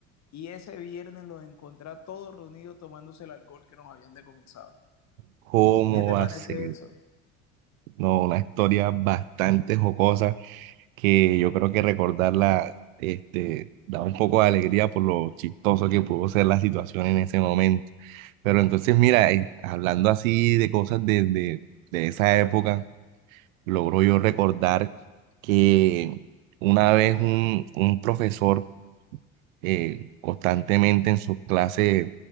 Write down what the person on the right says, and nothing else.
¿cómo
va
a ser?
No, una historia bastante jocosa que yo creo que recordarla, este, da un poco de alegría por lo chistoso que pudo ser la situación en ese momento. Pero entonces, mira, eh, hablando así de cosas de, de de esa época. logro yo recordar que una vez un, un profesor eh, constantemente en sus clases